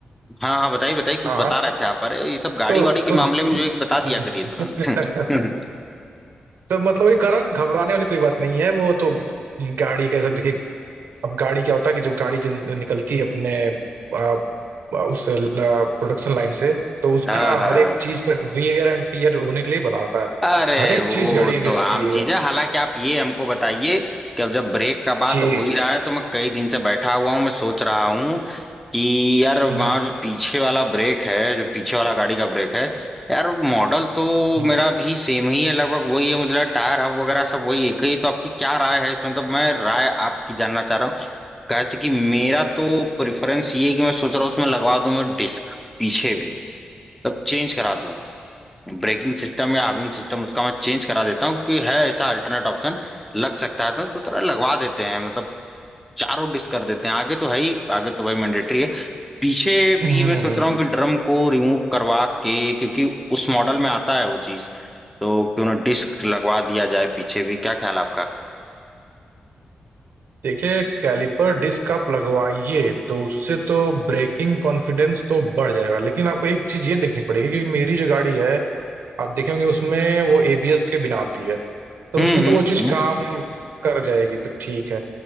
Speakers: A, in the centre; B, on the right (about 85°).
A: हाँ हाँ बताइए बताइए कुछ
B: हाँ
A: बता रहे थे आप अरे ये सब गाड़ी
B: तो
A: वाड़ी के
B: तो
A: मामले में जो है कि बता
B: <laughs>
A: दिया करिए तुरंत <laughs>
B: तो मतलब ये कह रहा हूँ कि घबराने वाली कोई बात नहीं है वो तो गाड़ी का ये सब देखिए अब गाड़ी क्या होता है कि जब गाड़ी जिन, निकलती है अपने आ, आ, उस प्रोडक्शन लाइन से तो उसका
A: हाँ हाँ
B: हर एक चीज का वेयर एंड टीयर होने के लिए बना होता है
A: अरे
B: हर एक
A: वो
B: चीज गाड़ी की
A: तो
B: घिसती
A: आम
B: है
A: चीज है हालांकि आप ये हमको बताइए कि अब जब ब्रेक का बात
B: जी
A: हो ही रहा है तो मैं कई दिन से बैठा हुआ हूँ मैं सोच रहा हूँ कि यार वहाँ
B: हम्म
A: जो पीछे वाला ब्रेक है जो पीछे वाला गाड़ी का ब्रेक है यार मॉडल तो
B: हम्म
A: मेरा भी सेम ही है लगभग वही है मुझे लगा टायर हब वगैरह सब वही एक ही है, तो आपकी क्या राय है इसमें मतलब मैं राय आपकी जानना चाह रहा हूँ कैसे कि मेरा तो प्रेफरेंस ये है कि मैं सोच रहा हूँ उसमें लगवा दूं मैं डिस्क पीछे भी मतलब चेंज करा दूं ब्रेकिंग सिस्टम या हार्विंग सिस्टम उसका मैं चेंज करा देता हूँ क्योंकि है ऐसा अल्टरनेट ऑप्शन लग सकता है तो तो तरह लगवा देते हैं मतलब चारों डिश कर देते हैं आगे तो है ही आगे तो भाई मैंडेटरी है पीछे
B: हम्म,
A: भी मैं सोच
B: हम्म,
A: रहा हूँ कि ड्रम को रिमूव करवा के क्योंकि उस मॉडल में आता है वो चीज तो क्यों ना डिस्क लगवा दिया जाए पीछे भी क्या ख्याल है आपका
B: देखिए कैलिपर डिस्क आप लगवाइए तो उससे तो ब्रेकिंग कॉन्फिडेंस तो बढ़ जाएगा लेकिन आपको एक चीज ये देखनी पड़ेगी कि मेरी जो गाड़ी है आप देखेंगे उसमें वो एबीएस के बिना आती है तो
A: हम्म
B: उसमें
A: हम्म
B: तो वो चीज
A: हम्म।
B: काम कर जाएगी तो ठीक है